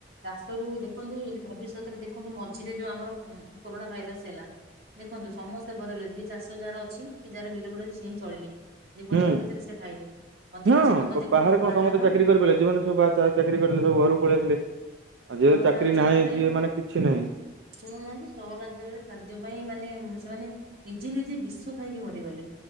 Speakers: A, on the right; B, on the right.
A: ଚାଷରୁ ଦେଖନ୍ତୁ ଅଦି ଭବିଷ୍ୟତରେ ଦେଖନ୍ତୁ ମଝିରେ ଯୋଉ ଆମର କଁ କୋରୋନା ଭାଇରସ୍ ସେଲା ଦେଖନ୍ତୁ ସମସ୍ତେ ଘରେ ରଲେ ଯିଏ ଚାଷ ଯାହାର ଅଛି କି ଯାହାର ବିଲ ବୁଡ଼ି ଅଛି ସିଏ ହିଁ ଚଳିଲେ। ଯେ
B: ହୁଁ
A: ପରିବା ଲଗେଇଥିଲେ ସେ ଖାଇଲେ। ଅଧିକାଂଶ
B: ହଁ
A: ଲୋକ
B: ବ
A: ଦେଖନ୍ତୁ
B: ବାହାରେ କଁ
A: ବାହାର
B: ସମସ୍ତେ ଚାକିରି କରିିପାଇଲେ ଯେ ମାନେ ସବୁ ବାହା ଚା ଚାକିରି କରିଥିଲେ ସବୁ ଘରକୁ ପଳିଆସିଲେ। ଆଉ ଯିଏ
A: ସହରାଞ୍ଚଳରେ
B: ଚାକିରି ନାହିଁ ଯିଏ ମାନେ କିଛି ନାହିଁ
A: ଶୁଣୁନାହାନ୍ତି ସହରାଞ୍ଚଳରେ ଖାଦ୍ୟ ପାଇଁ ମାନେ ସେମାନେ ନିଜେ ନିଜେ ବିଷ ଖାଇକି ମରିଗଲେ,